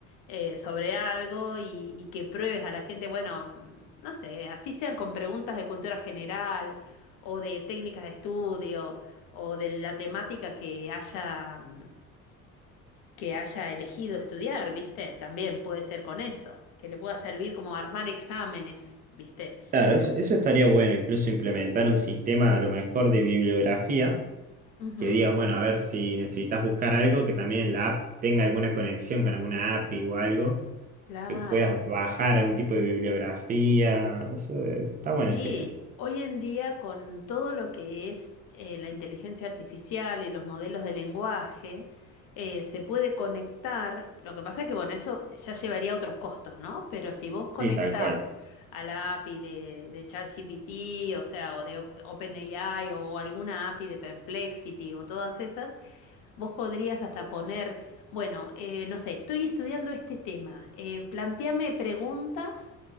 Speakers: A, on the left; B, on the right.
A: eh, sobre algo y, y que pruebes a la gente, bueno, mm, no sé, así sean con preguntas de cultura general o de técnicas de estudio o de la temática que haya, mm, que haya elegido estudiar, ¿viste? También puede ser con eso, que le pueda servir como armar exámenes, ¿viste?
B: Claro, eso,
A: O-
B: eso estaría bueno, incluso implementar un sistema a lo mejor de bibliografía,
A: Ujú,
B: que digas, bueno, a ver si necesitas buscar algo que también en la app tenga alguna conexión con alguna API o algo,
A: claro.
B: que puedas bajar algún tipo de bibliografía. Eso eh, está
A: Sí,
B: buena esa idea.
A: hoy en día con todo lo que es eh, la inteligencia artificial y los modelos de lenguaje, eh, se puede conectar, lo que pasa es que bueno, eso ya llevaría a otros costos, ¿no? Pero si vos conectás
B: Sí, tal cual.
A: a la API de, de ChatGPT, o sea, o de O- OpenAI o alguna API de Perplexity o todas esas, Vos podrías hasta poner, bueno, eh, no sé, estoy estudiando este tema, eh, plantéame preguntas